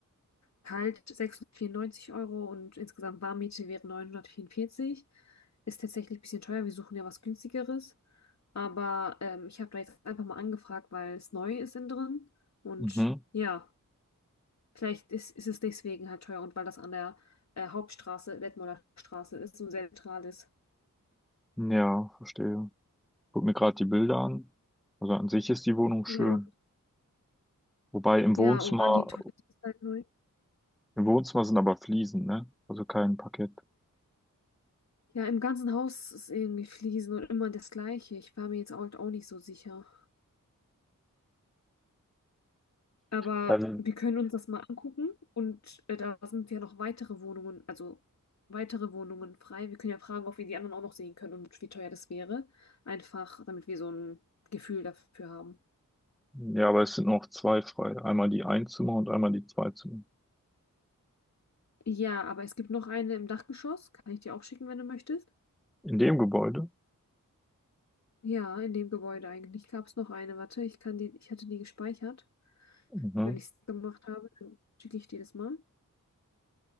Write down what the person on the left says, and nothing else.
kalt 694 Euro und insgesamt Warmmiete wäre 944. Ist tatsächlich ein bisschen teuer. Wir suchen ja was günstigeres. Aber ähm, ich habe da jetzt einfach mal angefragt, weil es neu ist innen drin. Und
ja. Vielleicht ist, ist es deswegen halt teuer und weil das an der äh, Hauptstraße, Detmolder Straße ist und sehr zentral ist.
Ja,
ma-
ja,
oder die Toilette ist halt neu.
Ja, im ganzen Haus ist irgendwie Fliesen und immer das Gleiche. Ich war mir jetzt auch, auch nicht so sicher. Aber
wir können uns das mal angucken und äh, da sind ja noch weitere Wohnungen, also weitere Wohnungen frei. Wir können ja fragen, ob wir die anderen auch noch sehen können und wie teuer das wäre. Einfach, damit wir so ein Gefühl dafür haben.
Ja, aber es gibt noch eine im Dachgeschoss. Kann ich dir auch schicken, wenn du möchtest?
Ja, in dem Gebäude eigentlich gab es noch eine. Warte, ich kann die, ich hatte die gespeichert.
Wenn ich es gemacht habe, dann schicke ich dir das mal.